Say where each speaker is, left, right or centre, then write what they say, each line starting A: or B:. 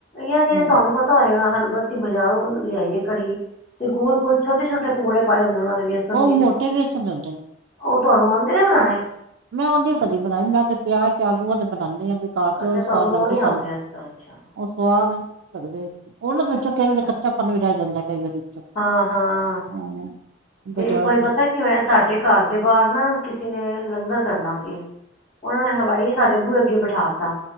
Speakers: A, on the left (about 30°); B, on the right (about 70°).
A: ਯਾਰ,
B: ਹੂੰ
A: ਜਿਹੜੇ ਤੁਹਾਨੂੰ ਪਤਾ ਹੋਏਗਾ, ਅਸੀਂ ਬਾਜ਼ਾਰੋਂ ਲਿਆਈਏ ਕੜੀ। ਤੇ ਗੋਲ -ਗੋਲ, ਛੋਟ -ਛੋਟੇ, ਪਕੌੜੇ ਪਾਏ ਹੁੰਦੇ ਓਹਨਾ ਨੇ। ਵੇਸਨ
B: ਉਹ
A: ਦੇ,
B: ਮੋਟੇ ਵੇਸਣ ਦੇ ਹੁੰਦੇ ਨੇ
A: ਓਹ ਤੁਹਾਨੂੰ ਆਉਂਦੇ ਐ ਬਨਾਉਨੇ?
B: ਮੈਂ, ਓਹਦੀ ਕਦੀ ਨੀ ਬਣਾਈ, ਮੈਂ ਤੇ ਪਿਆਜ, ਆਲ਼ੂਆ ਦੀ ਬਨਾਉਂਦੀ ਆ। ਬੇਕਾਰ ਚ
A: ਅੱਛਾ
B: ਓਹ ਹੀ
A: ਤੁਹਾਨੂੰ
B: ਸਵਾਦ ਲੱਗਦਾ
A: ਉਹ ਨੀ ਆਉਂਦੇ
B: ਸਾਨੂੰ,
A: ਅੱਛਾ ਅੱਛਾ
B: ਓਹ ਸਵਾਦ ਕਰਦੇ ਓਹਨਾਂ ਦੇ ਵਿੱਚੋਂ
A: ਅੱਛਾ
B: ਕਈ ਵਾਰੀ ਕੱਚਾ ਪਾਣੀ ਵੀ ਰਹਿ ਜਾਂਦਾ, ਕਈ ਵਾਰੀ। ਵਿੱਚੋਂ
A: ਹਾਂ- ਹਾਂ,
B: ਹਾਂ
A: ਤੇ
B: ਬਾਜ਼ਾਰ
A: ਇੱਕ ਵਾਰੀ
B: ਦਾ
A: ਪਤਾ ਕੀ ਹੋਇਆ, ਸਾਡੇ ਘਰ ਦੇ ਬਾਹਰ ਨਾ ਕਿਸ ਨੇ ਲੰਗਰ ਕਰਨਾ ਸੀ, ਓਹਨਾਂ ਨੇ ਹਲਵਾਈ ਸਾਡੇ ਬੂਹੇ ਅੱਗੇ ਬਿਠਾ ਤਾ।